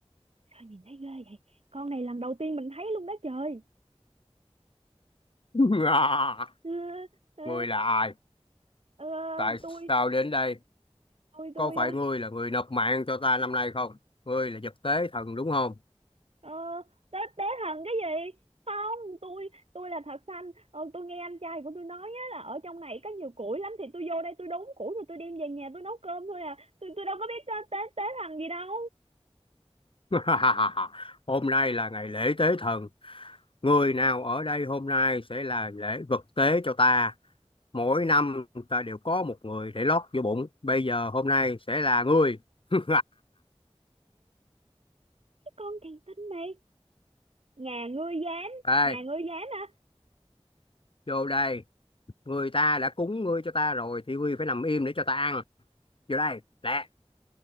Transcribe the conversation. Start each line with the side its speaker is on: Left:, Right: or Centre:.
Right: sao nhìn thấy ghê vậy? Con này lần đầu tiên mình thấy luôn đó trời.
Left: <laughs> À,
Right: Ờ, ờ,
Left: Ngươi là ai?
Right: ờ,
Left: Tại sao
Right: tôi,
Left: đến đây?
Right: tôi, tôi,
Left: có phải ngươi là người nộp mạng cho ta năm nay không? Ngươi là vật tế thần đúng không?
Right: ờ, tế, tế thần cái gì? Không, tôi, tôi là thật xanh. Ờ, tôi nghe anh trai của tôi nói á là ở trong này có nhiều củi lắm thì tôi vô đây tôi đốn củi rồi tôi đem về nhà tôi nấu cơm thôi à. Tôi, tôi đâu có biết ờ, tế, tế thần gì đâu.
Left: <laughs> Hôm nay là ngày lễ tế thần, người nào ở đây hôm nay sẽ là lễ vật tế cho ta. Mỗi năm ta đều có một người để lót vô bụng, bây giờ hôm nay sẽ là ngươi. <laughs>
Right: Cái con kỳ tinh này, nhà ngươi dám,
Left: Đây,
Right: nhà ngươi dám hả?
Left: vô đây, người ta đã cúng ngươi cho ta rồi thì ngươi phải nằm im để cho ta ăn. Vô đây, lẹ,